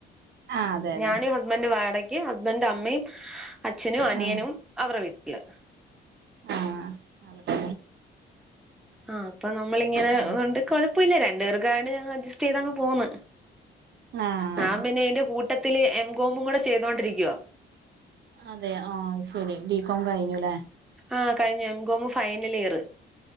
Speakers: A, on the right; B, in the centre.
A: ആഹ് അതെ അതെ
B: ഞാനും ഹസ്ബൻ്റ് വാട ഹസ്ബന്റ് അമ്മയും അച്ഛനും അനിയനും
A: ആഹ്
B: അവരുടെ വീട്ടില്
A: ആഹ്
B: ഉം ആഹ് അപ്പൊ നമ്മളിങ്ങനെണ്ട്
A: അങ്ങനെയൊക്കെ
B: കൊഴപ്പ് പ്പല്ല രണ്ട് പേർക്കായൊണ്ട് ഞങ്ങള് അഡജസ്റ്റ് ചെയ്തങ്ങ് പോന്ന്
A: ആഹ്
B: ഞാൻ പിന്നെ ഇതിന്റെ കൂട്ടത്തില് എംകോമും കൂടെ ചെയ്തോണ്ടിരിക്കുവോ
A: അതെ ആഹ് ശരി ബികോം കഴിഞ്ഞുല്ലേ
B: ആഅഹ കഴിഞ്ഞു എം കോം ഫൈനൽ ഇയറ്